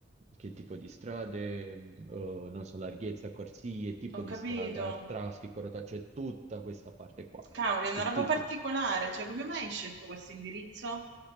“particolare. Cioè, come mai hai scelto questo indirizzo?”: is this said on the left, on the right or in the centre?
Right